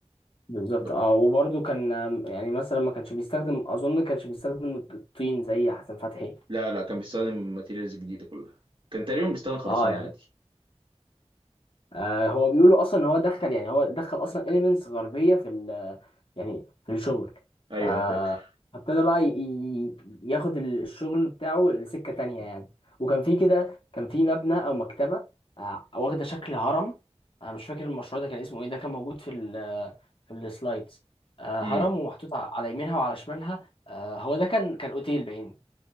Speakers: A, on the left (about 50°); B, on the right (about 50°).
A: بالظبط
B: ب-
A: اه وبرده كان آم، يعني مثلا ما كانش بيستخدم اظن ما كانش بيستخدم الطين زي حسن فتحي
B: لا لا كان بيستخدم ماتيريالز جديده كلها كان تقريبا بيستخدم خرسانه
A: اه يعني
B: عادي
A: آه هو بيقولوا اصلا ان هو دخل يعني هو دخل اصلا اليمنتس غربيه في ال يعني في الشغل
B: ايوه
A: ف-
B: انا فاكر
A: فابتدى بقى ي- ي- ياخد الشغل بتاعه لسكه تانية يعني وكان في كده كان في مبنى او مكتبه آه واخده شكل هرم انا مش فاكر المشروع ده كان اسمه ايه ده كان موجود في ال في السلايدز آه
B: امم
A: هرم ومحطوط ع- على يمينها وعلى شمالها آه هو ده كان كان اوتيل باين